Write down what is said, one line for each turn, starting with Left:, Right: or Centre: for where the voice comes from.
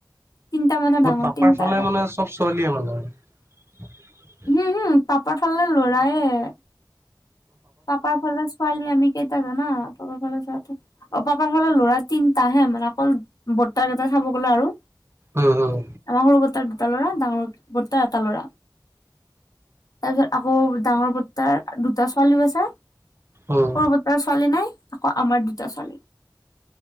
Left: তিনটা মানে
Right: মোৰ
Left: ডাঙৰ
Right: পাপাৰ
Left: তিনটা
Right: ফালে
Left: এটা
Right: মানে চব ছোৱালীয়ে মানে
Left: উম হুম পাপাৰ ফালে লৰাইয়ে। হে পাপাৰ ফালে ছোৱালী আমি কেইটা জানা? পাপাৰ ফালে চোৱা অ', পাপাৰ ফালে ল'ৰা তিন তাহে মানে অকল বৰ্তাক কেইটা চাব গ'লে আৰু।
Right: উম উম
Left: আমাৰ সৰু বতাৰ দুটা ল'ৰা। ডাঙৰ বৰ্তাৰ এটা ল'ৰা তাৰপিছত আকৌ ডাঙৰ বৰ্তাৰ দুটা <unintelligible> সৰু
Right: উম
Left: বৰ্তাৰ ছোৱালী নাই আকৌ আমাৰ দুটা ছোৱালী।